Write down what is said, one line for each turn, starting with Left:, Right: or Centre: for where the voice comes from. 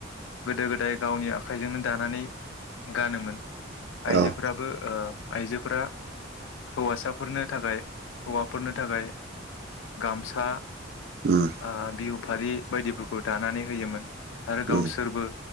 Left: गोदो गोदाय गावनि आखाइजोंनो दानानै गानोमोन।
Right: औ
Left: आइजोफोराबो आइजोफोरा हौवासाफोरनि थाखाय हौवाफोरनो थाखाय गामसा
Right: उम
Left: ओ बिउ फालि बायदिफोरखौ दानानै होयोमोन। आरो गावसोरबो
Right: उम